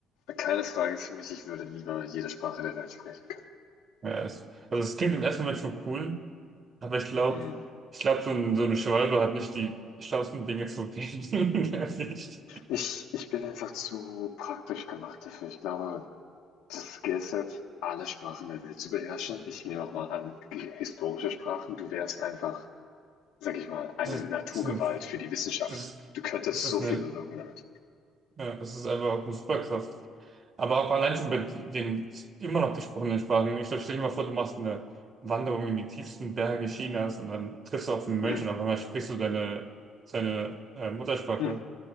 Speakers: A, on the left; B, on the right.
A: Keine Frage für mich, ich würde lieber jede Sprache der Welt sprechen können.
B: Ja, es, also es klingt im ersten Moment schon cool, aber ich glaube,
A: Hm,
B: ich glaube, so, ein, so eine Schwalbe hat nicht die schlauesten Dinge zu reden. <laughs> Ehrlich.
A: ich ich bin einfach zu praktisch gemacht dafür. Ich glaube, das Skill Set, alle Sprachen der Welt zu beherrschen. Ich nehme auch mal an, g- historische Sprachen. Du wärst einfach, sag ich mal, eine
B: Das,
A: Naturgewalt
B: das,
A: für die Wissenschaft.
B: das,
A: Du könntest
B: das ist
A: so viel
B: eine
A: bewirken damit.
B: Ja, es ist einfach auch eine Superkraft. Aber auch allein schon bei die- den immer noch gesprochenen Sprachen. Ich stell dir mal vor, du machst eine Wanderung in die tiefsten Berge Chinas und dann triffst du auf einen Mönch
A: Hm.
B: und auf einmal sprichst du deine, seine äh, Muttersprache
A: Hm.